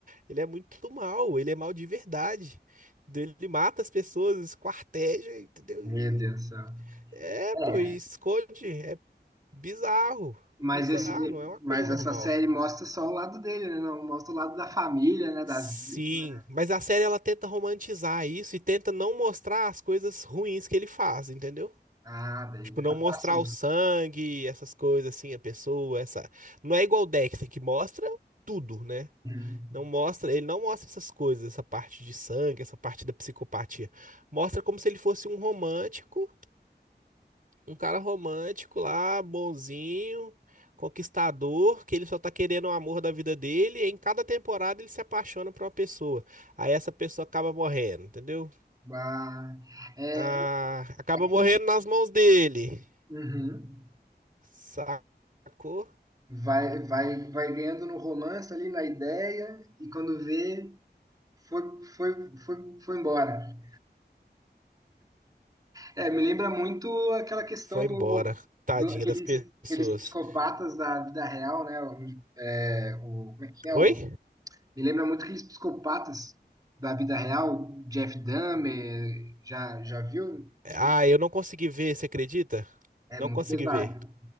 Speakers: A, on the right; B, on the right.
A: ele é muito mal, ele é mal de verdade. Entendeu? Ele mata as pessoas, esquarteja, entendeu?
B: Meu
A: E-
B: Deus do céu.
A: é, pô,
B: É.
A: e esconde, é bizarro,
B: Mas,
A: bizarro,
B: esse,
A: não é uma coisa
B: mas
A: normal.
B: essa série mostra só o lado dele, né? Não mostra o lado da família, né? Das
A: Sim,
B: vítimas, né?
A: mas a série ela tenta romantizar isso e tenta não mostrar as coisas ruins que ele faz, entendeu?
B: Ah, daí
A: Tipo,
B: fica
A: não mostrar
B: fácil.
A: o sangue, essas coisas assim, a pessoa, essa. Não é igual o Dexter que mostra tudo, né?
B: Uhum.
A: Não mostra, ele não mostra essas coisas, essa parte de sangue, essa parte da psicopatia. Mostra como se ele fosse um romântico um cara romântico lá, bonzinho, conquistador, que ele só tá querendo o amor da vida dele, e em cada temporada ele se apaixona por uma pessoa. Aí essa pessoa acaba morrendo, entendeu?
B: Bah. É,
A: Ah,
B: é
A: acaba
B: aquele
A: morrendo
B: tipo.
A: nas mãos dele.
B: Uhum.
A: Sacou?
B: Vai, vai, vai ganhando no romance ali, na ideia, e quando vê. Foi, foi, foi, foi embora. É, me lembra muito aquela questão
A: Foi
B: do,
A: embora. Tadinha
B: do aqueles,
A: das pessoas.
B: aqueles psicopatas da vida real, né? O, é, o- como é que é?
A: Oi?
B: O, me lembra muito aqueles psicopatas da vida real, Jeff Dahmer, já, já viu?
A: Ah,
B: Essa
A: eu não consegui ver, você acredita?
B: É
A: Não
B: muito
A: consegui
B: pesado.
A: ver.